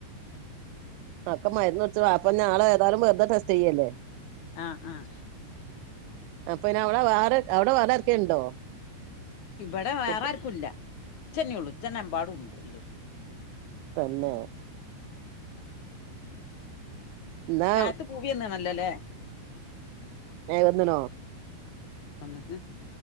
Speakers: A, on the left; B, on the right.
A: ഏഹ്
B: ആക്കെ മരുന്നകുടിച്ചു വാപ്പന്നാളെ ഏതാലും വെർത ടെസ്റ്റ് ചെയ്യല്ലേ
A: ആഹ് ആഹ്
B: അപ്പ പിന്നെ അവിടെ വേറെ അവിടെ വേറെ ആർക്കെങ്കിലും ഉണ്ടോ
A: ഇവിടെ വേറെ
B: കുട്ടി
A: ആർക്കും ഇല്ല ഛെന്നേള്ളു ജ്ജന്നെ എമ്പാട് ഉണ്ട്ല്ലോ
B: തന്നെ എന്നാ
A: താഴ്ത്ത് പൂവി വന്ന്ണല്ലൊലേ
B: എ <unintelligible>
A: ഉം അന്നട്ട്